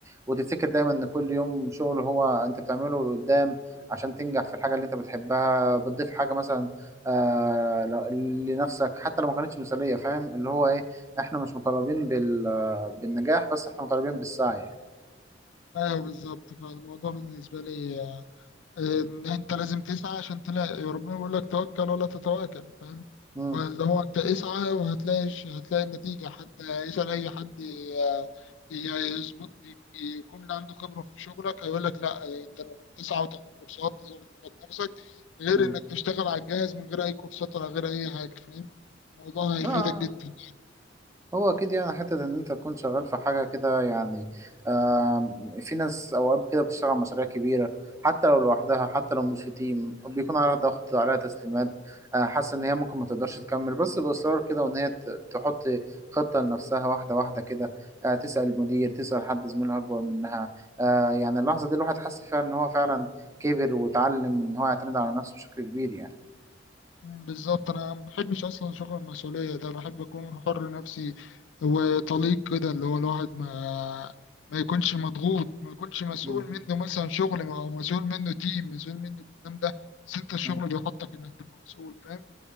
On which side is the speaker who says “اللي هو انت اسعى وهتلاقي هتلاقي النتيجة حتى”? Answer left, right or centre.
Left